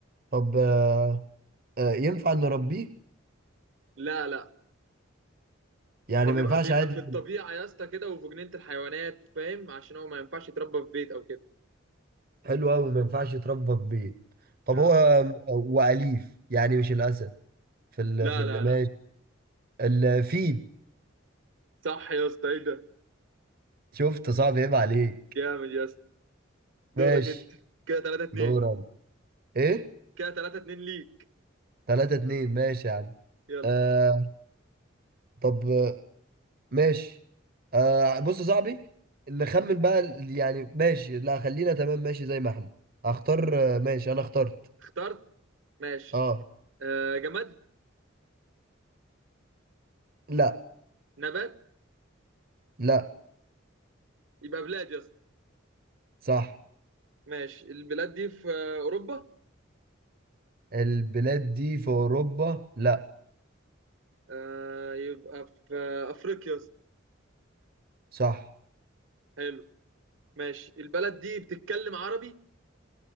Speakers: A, on the right (about 50°); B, on the right (about 70°).
A: طب آه آه ينفع نربيه
B: لا لا
A: يعني
B: هو بيبقى
A: ما ينفعش
B: بيبقى
A: عادي
B: في الطبيعة يا اسطى كده وفي جنينة الحيوانات فاهم عشان هو ما ينفعش يتربى في بيت أو كده
A: حلو قوي ما ينفعش يتربى في بيت طب
B: آه.
A: هو واليف يعني مش الاسد في ال...
B: لا
A: في ال...
B: لا
A: ماشي
B: لا
A: الفيل
B: صح يا اسطى إيه ده
A: شفت صعب عيب عليك
B: جامد يا اسطى دورك
A: ماشي
B: أنت كده 3 2
A: دور انا ايه
B: كده 3 2 ليك
A: ثلاثة اتنين ماشي يا عم
B: يلا
A: آه طب آه، ماشي آه بص يا صاحبي نخمن بقى ال- يعني ماشي لا خلينا تمام ماشي زي ما احنا هختار آه، ماشي انا اخترت
B: اخترت ماشي
A: اه
B: آه جماد
A: لا
B: نبات
A: لا
B: يبقى بلاد يا اسطى
A: صح
B: ماشي البلاد دي في آه، أوروبا
A: البلاد دي في اوروبا لا
B: آه يبقى في آه، أفريقيا يا اسطى
A: صح
B: حلو ماشي البلد دي بتتكلم عربي